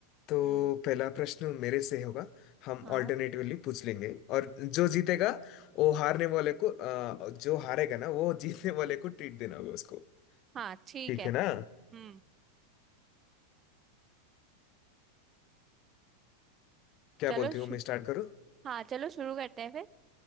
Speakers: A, on the left; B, on the right.
A: तो
B: हम्म
A: पहला प्रश्न मेरे से होगा हम
B: हाँ
A: ऑल्टरनेटिवली पूछ लेंगे और जो जीतेगा वो हारने वाले को अ, जो हारेगा ना वो जीतने वाले को ट्रीट देना होगा उसको
B: हाँ ठीक
A: ठीक
B: है
A: है
B: हम्म
A: ना क्या
B: चलो
A: बोलती
B: शु...
A: हो मैं स्टार्ट करूँ
B: हाँ चलो शुरू करते हैं फिर